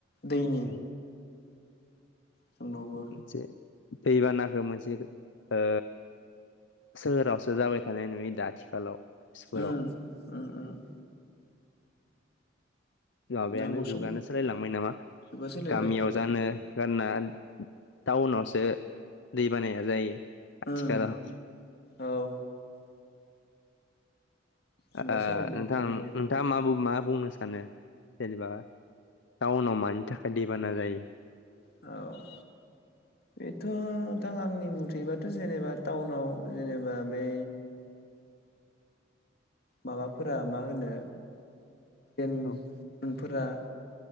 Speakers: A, on the left; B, on the left.
A: दैनि
B: औ
A: जोंनावबो
B: मोनसे दैबानाखौ मोनसे ओ सोहोरावसो जाबाय थानाय नुययो दा आथिखालाव फोराव
A: उम उम उम
B: माबायानो
A: नांगौ
B: जुगानो
A: सम
B: सोलायलांबाय नामा
A: जुगा सोलायबाय
B: गामियाव जानो होनना टाउनावसो दै बानाया जायो आथिखालाव
A: उम औ जुगा
B: ओ
A: सोलायनाय
B: नोंथां
A: रखमानो जाहैबाय
B: नोंथाङा मा बु मा बुंनो सान सानो जेनेबा टाउनाव मानि थाखाय दैबाना जायो
A: औ बेथ' नोंथां आंनि मुथेबाथ' जेनेबा टाउनाव जेनेबा बै माबाफोरा मा होनो एनफोरा
B: औ